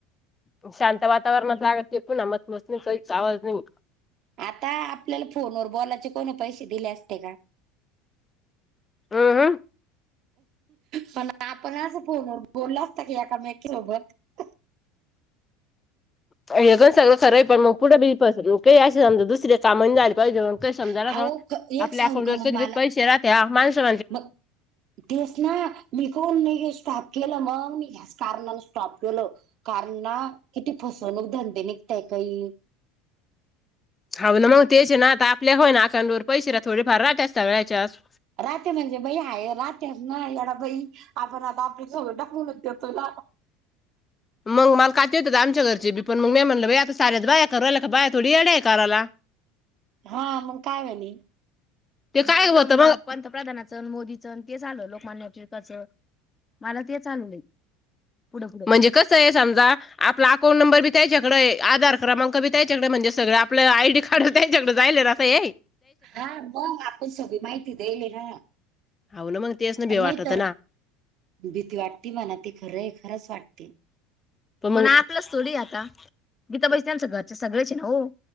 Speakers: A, on the left (about 20°); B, on the right (about 50°).
A: शांत वातावरणात लागत नाही पुन्हा मस्तमस्णीच आवाज नाही.
B: आता आपल्याला फोनवर बोलायचे कोणी पैसे दिले असते का?
A: उ हुं.
B: पण आपण असं फोनवर बोललो असता की एका मेकीसोबत. <inaudible>
A: हे पण सगळं खरं आहे पण मग पुढे बिपास काही असे समजा दुसर का झाली पाहिजे. काही समजाल
B: अहो
A: का
B: एक
A: आपल्या
B: सांगू
A: अकाउंट
B: का
A: वर
B: मग
A: कधी कधी
B: मला
A: पैसे राहते माणसा
B: मग तेच ना मी कोण नाही स्टॉप केलं मग मी ह्याच कारणाने स्टॉप केलं. कारण ना किती फसवणूक धंदे निघतायत बाई.
A: हा ना मग तेच आहे ना आता आपल्या अकाउंटर पैसे राहतात थोडेफार राहतात हेच्यावर.
B: राहत म्हणजे बाई आहे राहतेच ना येडा बाई आपण आता आपली सगळ टाकुनच करतोय ना.
A: मग मला काती येत हो आमच्या घरची बी पण मग मी म्हणलं बाई आता साऱ्याच बाया करायला का बाया थोडी येड्या करायला.
B: हां मग काय म्हणली.
A: ते काय होत पंतप्रधानाचं मोदीचं ते चालु होत लोकमान्य टिळक मला ते चालू होईल पुढं पुढं कसं आहे समजा आपला अकाउंट नंबर बी त्यांच्याकडे आहेआधार क्रमांक बी त्यांच्याकडे आहे म्हणजे सगळ आपलं आयडी कार्ड त्याच्याकडं जायले राहते आहे.
B: हां मग आपण सगळी माहिती देईली ना.
A: हाव ना मग तेच ना भेव
B: नाहीतर
A: वाटत ना.
B: भीती वाटते मला ते खरंय खरंच वाटते.
A: पण आपलंच थोडी आता गीताबाई त्यांचं घरच्या सगळ्याच ना हो.